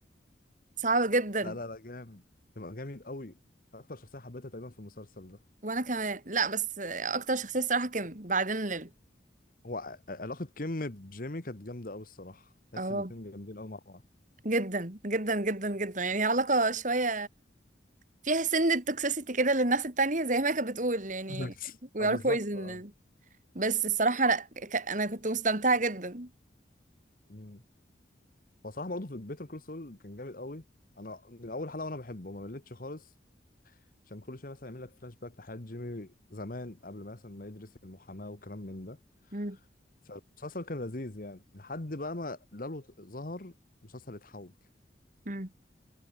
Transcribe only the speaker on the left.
لا لا لا جامد ده جامد قوي اكتر شخصيه حبيتها تقريبا في المسلسل ده
هو ع- علاقه كيم بجيمي كانت جامده قوي الصراحه تحس
الاتنين جامدين قوي مع بعض
بالظبط.
اه
بالظبط
اه
مم. هو صراحه برضه في بيتر كول سول كان جامد قوي انا من اول حلقه وانا بحبه ما مليتش خالص عشان كل شويه مثلا يعمل لك فلاش باك لحياه جيمي زمان قبل ما مثلا ما يدرس المحاماه وكلام من ده
فالمسلسل كان لذيذ يعني لحد بقى ما لالو ت- ظهر المسلسل اتحول